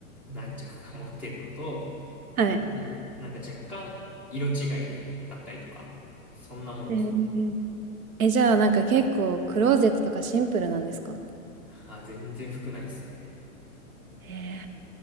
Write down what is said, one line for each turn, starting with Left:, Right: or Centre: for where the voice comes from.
Centre: 何着か持ってるのと、
Right: はい。
Centre: まずなんか若干色違いで買ったりとか、そんなもんですね。
Right: えー、え、じゃあなんか結構クローゼットとかシンプルなんですか
Centre: あー、全然服ないですね。
Right: ええ